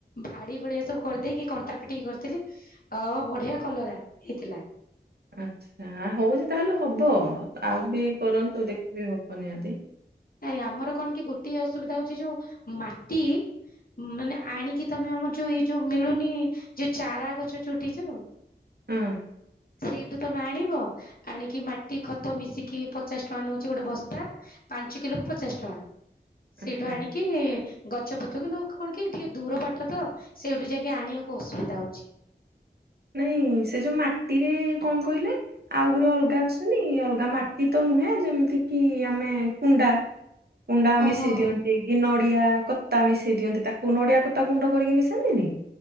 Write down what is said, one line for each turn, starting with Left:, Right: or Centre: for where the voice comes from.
Left: ଭାଡି ଭଳିଆ ସବୁ କରିଦେଇକି କଣ୍ଟା ପିଟିିକି କରିଥିଲି ଅ ବଢ଼ିଆ କଲରା ହେଇଥିଲା
Right: ଆଚ୍ଛା। ହଉଛି ତାହେଲେ ହବ ଆଉ ବି କରନ୍ତୁ ଦେଖିବେ ହବ ନିହାତି।
Left: ନାଇଁ ଆମର କଣ କି ଗୋଟିଏ ଅସୁବିଧା ହଉଛି ଯୋଉ ମାଟି ମାନେ ଆଣିକି ତମେ ଆମର ଯୋଉ ଏଇ ଯୋଉ ମିଳୁନି ଯୋଉ ଚାରା ଗଛ ଚୁଟିଚୁ
Right: ହଁ
Left: ସେଇ ତମେ ଆଣିବ ଆଣିକି ମାଟି ଖତ ମିଶିକି ପଚାଶ ଟଙ୍କା ନେଉଛି ଗୋଟେ ବସ୍ତା ପା ପାଞ୍ଚ କିଲୋକୁ ପଚାଶ ଟଙ୍କା। ସେଇଠୁ
Right: ଆଚ୍ଛା
Left: ଆଣିକି ଗଛପତ୍ର କିନ୍ତୁ କଣ କି ଟିକେ ଦୂର ବାଟ ତ ସେଇଠୁ ଯାଇକି ଆଣିବାକୁ ଅସୁବିଧା ହଉଛି।
Right: ନାଇଁ ସେ ଯୋଉ ମାଟିରେ କଣ କହିଲେ ଆଉ ଗୋଟେ ଅଲଗା ଅଲଗା ମାଟି ତ ନୁହେଁ ଯେମିତି କି ଆମେ କୁଣ୍ଡା କୁଣ୍ଡା
Left: ଓହୋ
Right: ମିଶେଇ ଦିଅନ୍ତି। ଏ ନଡିଆ କତା ମିଶେଇ ଦିଅନ୍ତି ତାକୁ ନଡିଆ କତା ଗୁଣ୍ଡ କରିକି ମିଶାନ୍ତିନି?